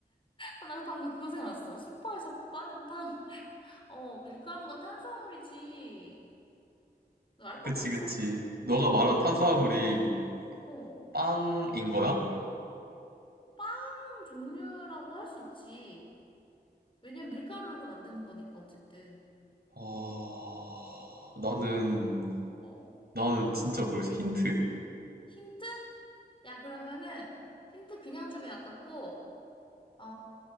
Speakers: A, on the left; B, on the right.
A: 아, 나 방금 그거 생각났어. 슈퍼에서 파는 빵. <laughs> 어, 밀가루가 탄수화물이지. 너 알
B: 그치,
A: 것 같지
B: 그치.
A: 않아?
B: 너가
A: 어,
B: 말한
A: 뭘,
B: 탄수화물이
A: 어.
B: 빵인 거야?
A: 빵 종류라고 할 수 있지. 왜냐면 밀가루로 만드는 거니까, 어쨌든.
B: 어, 나는,
A: 어.
B: 나는 진짜 모르겠어. 힌트.
A: 힌트? 야, 그러면은 힌트 그냥 주긴 아깝고, 어,